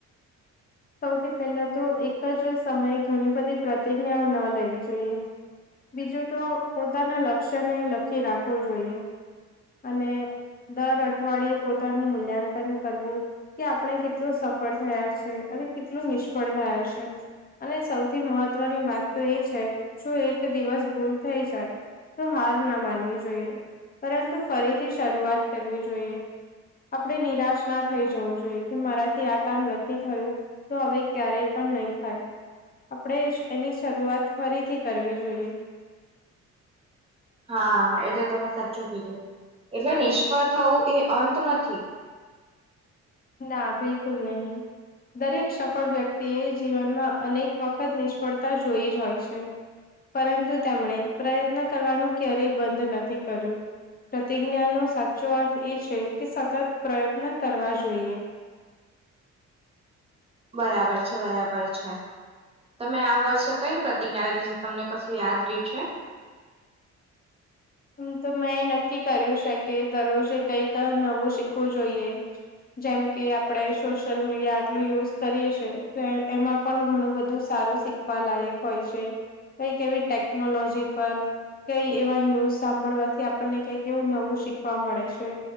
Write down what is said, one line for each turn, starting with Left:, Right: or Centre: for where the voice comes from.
Left: સૌથી પહેલા તો એક જ સમયે ઘણી બધી પ્રતિજ્ઞાઓ ન લેવી જોઈએ. બીજું તો પોતાના લક્ષ્યને લખી રાખવું જોઈએ અને દર અઠવાડિયે પોતાનું મૂલ્યાંકન કરવું કે આપણે કેટલું સફળ થયા છે અને કેટલું નિષ્ફળ થયા છે. અને સૌથી મહત્વની વાત તો એ છે જો એક દિવસ ભૂલ થઈ જાય તો હાર ના માનવી જોઈએ પરંતુ ફરીથી શરૂઆત કરવી જોઈએ. આપણેે નિરાશ ના થઈ જવુ જોઈએ કે મારાથી આ કામ નથી થયું. તો હવે ક્યારે પણ નહી થાય. આપણેે સ એની શરૂઆત ફરીથી કરવી જોઈએ.
Right: હા એ તો તમે સાચું કીધું એટલે નિષ્ફળ થવું એ અંત નથી.
Left: ના બિલકુલ નહી. દરેક સફળ વ્યક્તિ એ જીવનમાં અનેક વખત નિષ્ફળતા જોઈ જ હોય છે. પરંતુ તેમણે પ્રયત્ન કરવાનું ક્યારેય બંધ નથી કર્યું. પ્રતિજ્ઞાનો સાચો અર્થ એ છે કે સતત પ્રયત્ન કરવા જોઈએ.
Right: બરાબર છે બરાબર છે. તમે આ વર્ષે કઈ પ્રતિજ્ઞા લીધી, તમને કશું યાદ રિયુ છે?
Left: હમમ તો મેં નક્કી કર્યું છે કે દરરોજે કઈક નવું શીખવું જોઈએ. જેમ કે આપણે સોશિયલ મીડિયા આટલું યુઝ કરીએ છે તો એમાં પણ ઘણું બધું સારું શીખ વા લાયક હોય છે, કઈક એવી ટેકનોલોજી પર કઈ એવા ન્યૂઝ સાંભળવાથી આપણને કઈક એવું નવું શીખવા મળે છે.